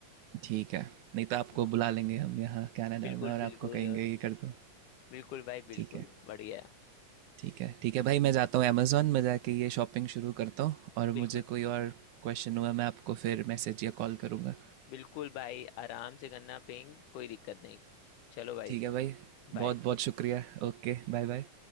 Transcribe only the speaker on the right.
ठीक है नहीं तो आपको
बुला लेंगे हम यहाँ कनाडा
में और
आपको कहेंगे
ये कर दो
ठीक है
ठीक है ठीक है भाई मैं जाता हूँ अमेज़ोन में जाके ये शॉपिंग शुरू करता हूँ और
मुझे कोई और क्वेश्चन हुआ मैं आपको फिर मैसेज या कॉल करूँगा
ठीक है भाई
बहुत बहुत शुक्रिया Okay bye bye